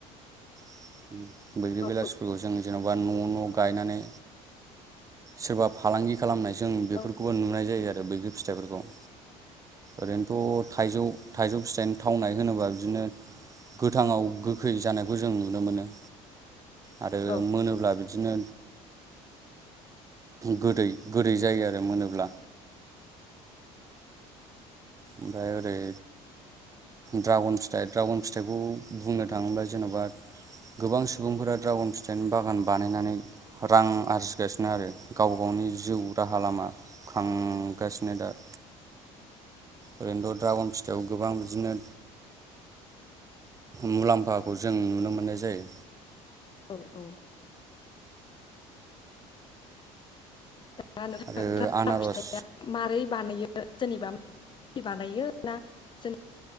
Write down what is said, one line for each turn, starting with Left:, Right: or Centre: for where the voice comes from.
Right: <inaudible> बैग्रि
Left: औ
Right: बेलासिफोरखौ जों जेन'बा न' न' गायनानै सोरबा फालांगि खालामनाय जों बेफोरखौबो
Left: औ
Right: नुनाय जायो आरो बैग्रि फिथाइफोरखौ ओरैनोथ' थाइजौ थाइजौ फिथाइनि थावनाय होनोबा बिदिनो गोथाङाव गोखै जानायखौ जों नुनो मोनो आरो
Left: औ
Right: मोनोब्ला बिदिनो गोदै गोदै जायो आरो मोनोब्ला ओमफ्राय ओरै ड्रागन फिथाइ ड्रागन फिथाइखौ बुंनो थाङोब्ला जेन'बा गोबां सुबुंफोरा द्रागन फिथाइनि बागान बानायनानै रां आरजिगासिनो आरो गाव गावनि जिउ राहा लामा खां <unintelligible> गासिनो दा ओरैनोथ' द्रागन फिथाइआव गोबां बिदिनो मुलाम्फाखौ जों नुनो मोन्नाय जायो।
Left: औ औ। दा नोंथां
Right: आरो
Left: द्रागन
Right: आनारस
Left: फिथाइया मारोरै बानायो? जेनेबा <unintelligible>